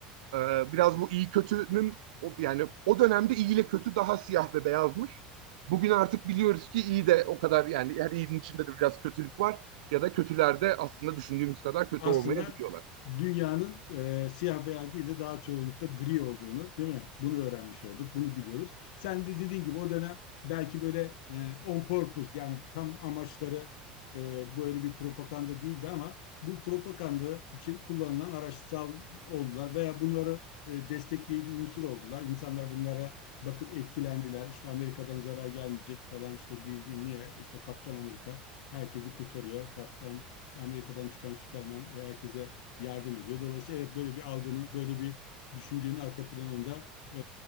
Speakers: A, on the right; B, on the left.
A: Ee, biraz bu iyi kötünün o yani o dönemde iyi ile kötü daha siyah ve beyazmış. Bugün artık biliyoruz ki iyi de o kadar yani her iyinin içinde de biraz kötülük var ya da kötüler de aslında düşündüğümüz kadar kötü
B: aslında
A: olmayabiliyorlar.
B: dünyanın e, siyah beyaz değil de daha çoğunlukla gri olduğunu, değil mi? Bunu öğrenmiş olduk, bunu biliyoruz. Sen de dediğin gibi o dönem belki böyle e, on purpose yani tam amaçları e, böyle bir propaganda değildi ama bu propaganda için kullanılan araçsal oldular veya bunları e, destekleyici unsur oldular. İnsanlar bunlara bakıp etkilendiler. İşte Amerika'dan zarar gelmeyecek falan işte dü- niye işte Kaptan Amerika herkesi kurtarıyor. Kaptan işte Amerika'dan çıkan Superman e, herkese yardım ediyor. Dolayısıyla evet böyle bir algının, böyle bir düşüncenin arka planında e,